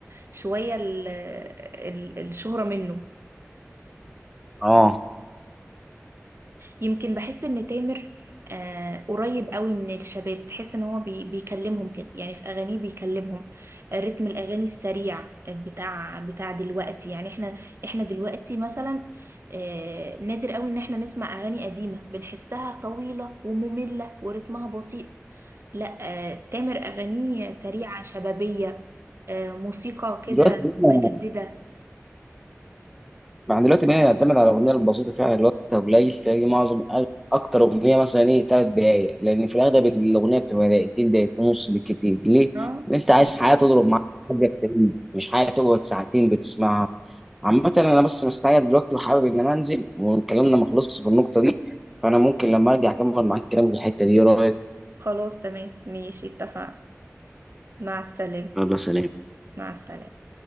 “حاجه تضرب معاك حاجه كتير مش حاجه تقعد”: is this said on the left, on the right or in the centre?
Centre